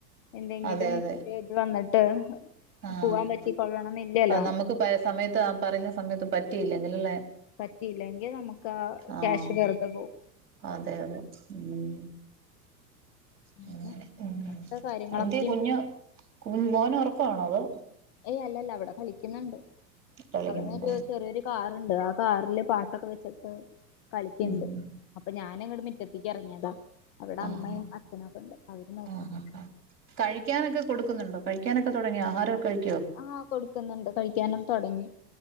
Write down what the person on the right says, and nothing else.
അതെ അതെ
ആഹ്
അപ്പ
നമ്മക്ക് പ സമയത്ത് പറയുന്ന സമയത്ത് പറ്റ് റ്റിയില്ലെങ്കിലല്ലേ
ആഹ്
അതെ അതെ ഉം
ഉം ഉം
എന്തിയേ കുഞ്ഞു കു മോനുറങ്ങ് കാണാതെ
കളിക്കുന്നുണ്ടോ
ഉം
ആഹ്
ആഹ് ആഹ് കഴിക്കാനൊക്കെ കൊടുക്കുന്നുണ്ടോ കഴിക്കാനൊക്കെ തൊടങ്ങി ആഹാരൊക്കെ കഴി